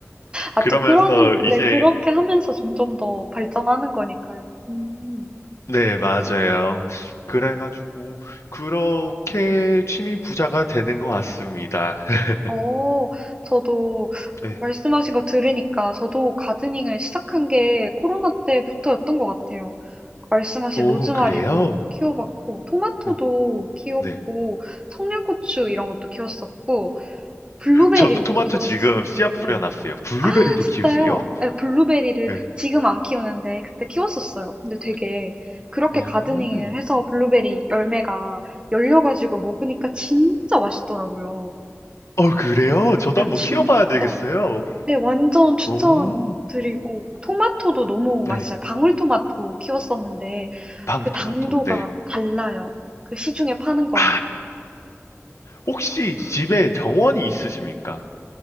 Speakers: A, on the right; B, on the left.
A: 아,
B: 그러면서
A: 또 그런, 네,
B: 이제,
A: 그렇게 하면서 점점 더 발전하는 거니까요. 음,
B: 네, 맞아요. 그래 가지고 그렇게 취미 부자가 되는 것 같습니다. <laughs>
A: 어, 저도
B: 네.
A: 말씀하신 거 들으니까 저도 가드닝을 시작한 게 코로나 때부터였던 것 같아요. 말씀하신
B: 오,
A: 로즈마리도
B: 그래요?
A: 키워봤고, 토마토도
B: 어,
A: 키웠고,
B: 네.
A: 청양고추 이런 것도 키웠었고, 블루베리를
B: 저도 토마토
A: 또 키웠었어요.
B: 지금 씨앗 뿌려놨어요.
A: 네.
B: 블루베리도
A: 진짜요?
B: 키우세요?
A: 예, 블루베리를
B: 네.
A: 지금 안 키우는데 그때 키웠었어요. 근데 되게
B: 네.
A: 그렇게
B: 오.
A: 가드닝을 해서 블루베리 열매가 열려가지고 먹으니까 진짜 맛있더라고요.
B: 어, 그래요? 저도
A: 네,
B: 한번
A: 진짜.
B: 키워봐야 되겠어요.
A: 네, 완전 추천드리고
B: 오.
A: 토마토도 너무
B: 네.
A: 맛있어요. 방울토마토 키웠었는데
B: 방울토마토.
A: 그 당도가
B: 네.
A: 달라요. 그 시중에 파는 거랑.
B: 아. 혹시 집에 정원이 있으십니까?